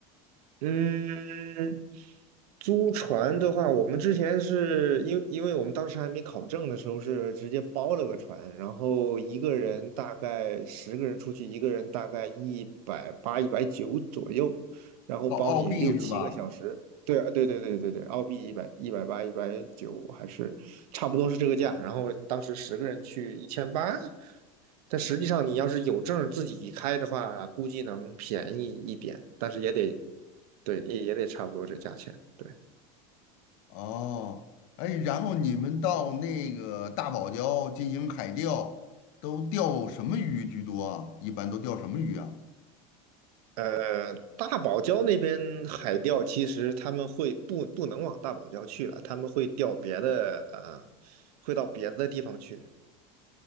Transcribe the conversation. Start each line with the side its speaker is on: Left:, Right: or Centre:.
Right: 嗯，租船的话，我们之前是因因为我们当时还没考证的时候，是直接包了个船，然后一个人大概十个人出去，一个人大概一百八、一百九左右，然后包你六七个小时。
Left: 澳澳币是吧？
Right: 对啊，对对对对对，澳币一百一百八、一百九还是差不多是这个价。然后当时十个人去一千八，但实际上你要是有证儿自己开的话，估计能便宜一点，但是也得对，也也得差不多这价钱。对，
Left: 哦，哎，然后你们到那个大堡礁进行海钓，都钓什么鱼居多啊？一般都钓什么鱼啊？
Right: 呃，大堡礁那边海钓，其实他们会不不能往大堡礁去了，他们会钓别的，呃，会到别的地方去。